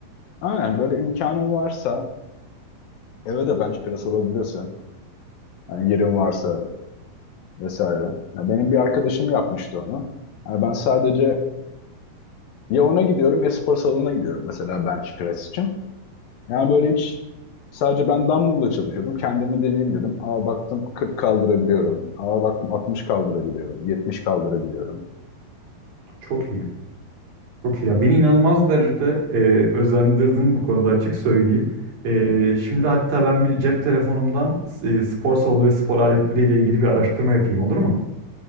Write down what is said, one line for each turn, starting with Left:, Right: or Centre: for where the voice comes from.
Left: aynen böyle imkanın varsa eve de bench press alabilirsin. Yani yerin varsa vesaire. Ya benim bir arkadaşım yapmıştı onu. Yani ben sadece ya ona gidiyorum ya spor salonuna gidiyorum mesela bench press için. Yani böyle hiç sadece ben dumbbell'la çalışıyordum. Kendimi deneyeyim dedim. Aa baktım 40 kaldırabiliyorum. Aa baktım 60 kaldırabiliyorum. 70 kaldırabiliyorum.
Right: Çok iyi. Çok iyi ya. Beni inanılmaz derecede e, özendirdin bu konuda açık söyleyeyim. E, şimdi hatta ben bir cep telefonumdan e, spor salonu ve spor aletleriyle ilgili bir araştırma yapayım olur mu?